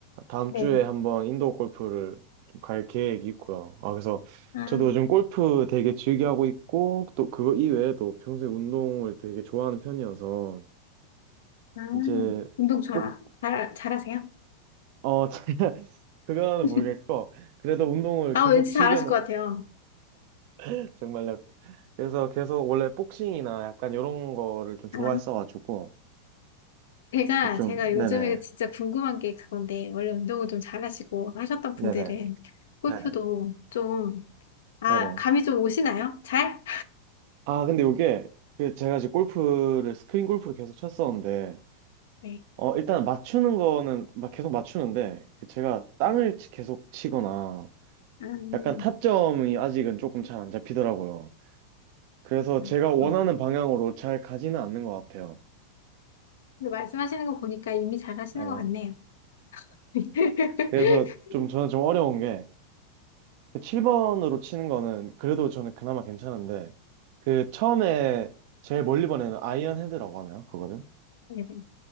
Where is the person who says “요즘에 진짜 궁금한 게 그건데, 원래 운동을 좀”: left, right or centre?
Left